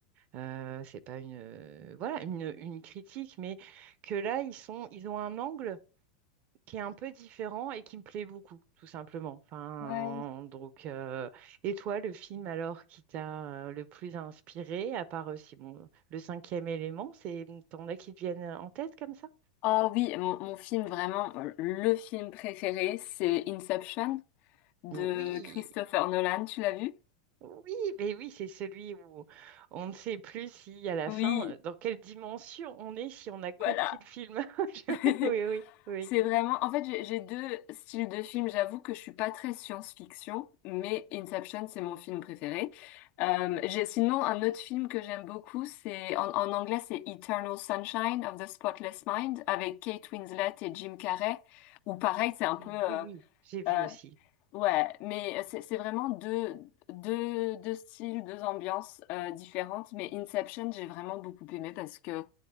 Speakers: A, on the right; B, on the left.
A: euh, c'est pas une, euh, voilà, une, une critique, mais que là, ils sont, ils ont un angle qui est un peu différent et qui me plaît beaucoup, tout simplement. Enfin,
B: Ouais.
A: donc, euh, et toi, le film alors qui t'a euh, le plus inspiré, à part aussi, bon, le cinquième élément, c'est, t'en as qui te viennent en tête comme ça?
B: Oh oui, mon, mon film vraiment, euh, le film préféré, c'est Inception de
A: Oui.
B: Christopher Nolan. Tu l'as vu?
A: Oui, mais oui, c'est celui où on ne sait plus si à la
B: Oui,
A: fin, euh, dans quelle dimension on est, si on a compris
B: voilà.
A: le film. <laughs> Je-
B: <laughs>
A: Oui, oui, oui, oui.
B: C'est vraiment, en fait, j'ai j'ai deux styles de films. J'avoue que je suis pas très science-fiction, mais Inception, c'est mon film préféré. Euh, j'ai sinon un autre film que j'aime beaucoup, c'est en, en anglais, c'est Eternal Sunshine of the Spotless Mind avec Kate Winslet et Jim Carrey. Ou pareil, c'est un peu,
A: Oui,
B: euh,
A: j'ai vu
B: euh,
A: aussi.
B: ouais, mais c'est c'est vraiment deux, deux, deux styles, deux ambiances euh, différentes. Mais Inception, j'ai vraiment beaucoup aimé parce que